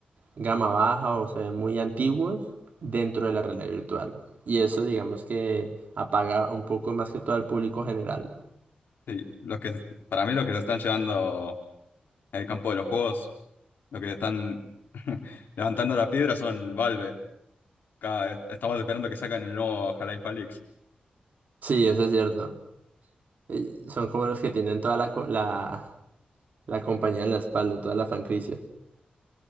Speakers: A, on the right (about 60°); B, on the left (about 80°).
A: gama baja o se ven muy antiguos dentro de la realidad virtual. Y eso, digamos que apaga un poco más que todo al público general.
B: Sí. Los que, para mí, los que se están llevando el campo de los juegos Lo que están <laughs> levantando la piedra son Valve. Cada- estamos esperando que saquen el nuevo Half-Life Alyx.
A: Sí, eso es cierto. Eh, Son como los que tienen toda la, co- la, La compañía en la espalda, toda la franquicia.